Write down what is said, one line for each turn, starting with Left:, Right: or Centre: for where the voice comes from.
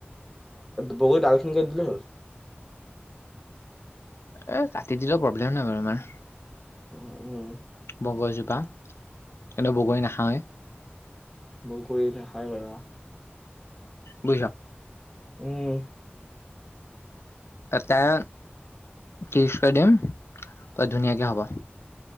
Centre: বগৈ ডালখনিনিক দিলে হ'ল।
Left: এ কাটি দিলেও প্ৰব্লেম নাই বাৰু আমাৰ।
Centre: উম, উম,
Left: বহ গছজোপা। কিন্তু বগৰী নাখওৱে।।
Centre: বগৰি নেখাই বাৰু
Left: বুইছ।
Centre: উম।
Left: তাই ত্ৰিছ কৰি দিম অ ধুনীয়াকে হ'ব।